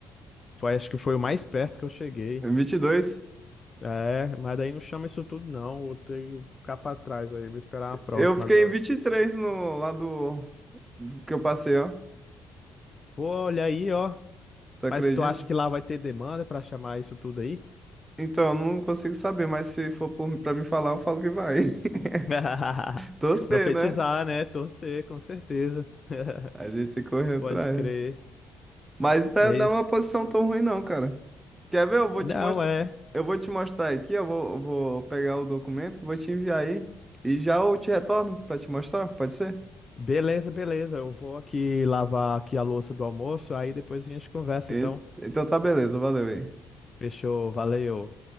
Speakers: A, on the left; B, on the right.
A: Foi, acho que foi o mais perto que eu cheguei.
B: Em 22.
A: É, mas daí não chama isso tudo, não. Vou ter que ficar pra trás aí. Vou esperar a próxima
B: Eu fiquei
A: agora.
B: em 23 no lado do do que eu passei, ó.
A: Pô, olha aí, ó.
B: Tu acredita?
A: Mas tu acha que lá vai ter demanda pra chamar isso tudo aí?
B: Então, eu não consigo saber, mas se for por, pra me falar, eu falo que vai. <laughs>
A: <laughs>
B: Torcer,
A: Profetizar,
B: né?
A: né? Torcer, com certeza. <laughs>
B: A gente tem que correr
A: Pode
B: atrás.
A: crer.
B: Mas tá-
A: É
B: não
A: isso.
B: é uma posição tão ruim, não, cara. Quer ver? Eu vou
A: Não,
B: te mostrar.
A: é.
B: Eu vou te mostrar aqui, eu vou, eu vou pegar o documento, vou te enviar aí. E já eu te retorno pra te mostrar, pode ser?
A: Beleza, beleza. Eu vou aqui lavar aqui a louça do almoço, aí depois a gente conversa,
B: E-
A: então.
B: então tá beleza, valeu aí.
A: Fechou, valeu.